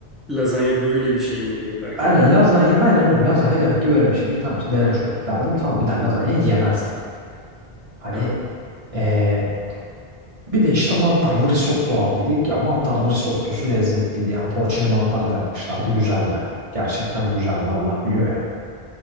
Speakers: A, in the centre; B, on the right.
A: Lazanya böyle bir şey mi diye fark
B: Aynen
A: edip ben.
B: lazanya aynen öyle lazanya demek ki böyle bir şey. Tamam işte denemiş olduk derdim. Tamam bir de lazanya yemezdim. Hani
A: Tamam.
B: eee, bir de işte mantarlı risotto aldıydık. Ya mantarlı risottosu lezzetliydi. Yani porcini mantarla yapmışlardı güzeldi. Gerçekten güzeldi Allah biliyor ya.